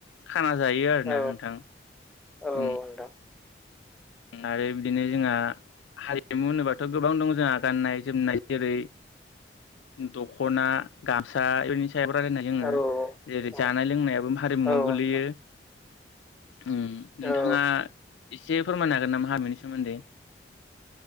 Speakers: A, on the left (about 85°); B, in the centre.
A: खाना जायो आरो
B: औ
A: ना नोंथां।
B: औ नोंथां
A: उम आरो बिदिनो जोंहा हारिमु होनोबाथ गोबां दं जोंहा गाननाय जोमनाय जेरै दखना गामसा हाग्रानिफ्राय जोंङो
B: औ
A: जेरै
B: औ
A: जानाय लोंनायाबो हारिमुआव
B: औ नोंथां
A: गोलैयो अम नोंथाङा
B: औ
A: एसे फोरमायनो हागोन नामा हाग्रानि सोमोन्दै